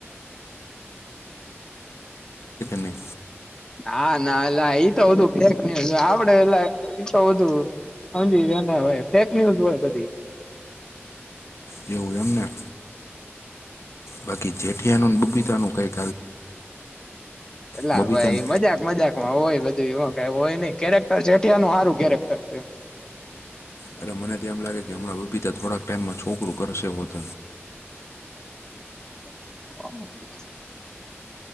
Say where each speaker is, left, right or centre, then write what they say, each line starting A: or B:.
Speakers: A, on the left (about 70°); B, on the left (about 15°).
A: <unintelligible> <inaudible>
B: ના ના એલા તો બધુ ફેક ન્યુઝ હો આપડે એ તો બધુ સમજી ફેક ન્યુઝ હોય બધી
A: એવું એમને બાકી જેઠિયાનું બુબીતાનું કઈક
B: એટલા
A: બબીતાને
B: ભાઈ મજાક મજાક માં હોય બધ <unintelligible> કેરેક્ટર જેઠિયાનું સારું કેરેક્ટરું છે
A: એટલે મને તો એમ લાગે કે હમણાં બબીતા થોડાક ટાઈમમાં છોકરું કરશે હોત
B: <inaudible>